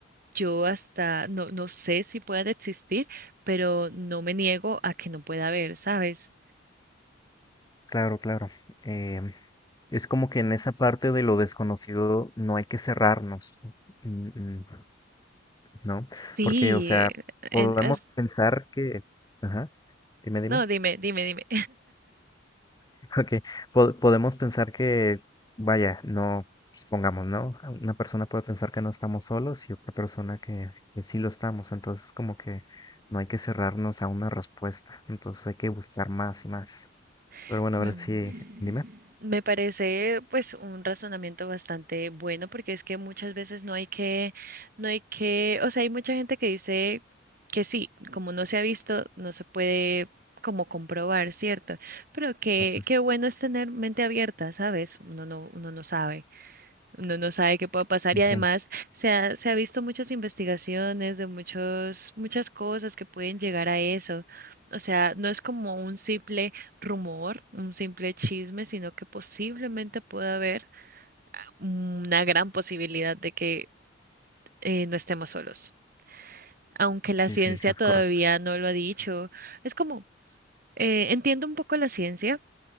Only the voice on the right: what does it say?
Yo hasta no, no sé si puedan existir, pero no me niego a que no pueda haber, ¿sabes?
Sí,
en-
es-
no, dime, dime, dime.
<laughs>
Me parece pues un razonamiento bastante bueno porque es que muchas veces no hay que, no hay que, o sea, hay mucha gente que dice que sí, como no se ha visto, no se puede como comprobar, ¿cierto? Pero que,
qué bueno es tener mente abierta, ¿sabes? Uno no, uno no sabe. Uno no sabe qué puede pasar
y además
se ha, se ha visto muchas investigaciones de muchos, muchas cosas que pueden llegar a eso. O sea, no es como un simple rumor, un simple chisme, sino que posiblemente pueda haber una gran posibilidad de que eh, no estemos solos. Aunque la
ciencia
todavía
no lo ha dicho, es como, eh, entiendo un poco la ciencia,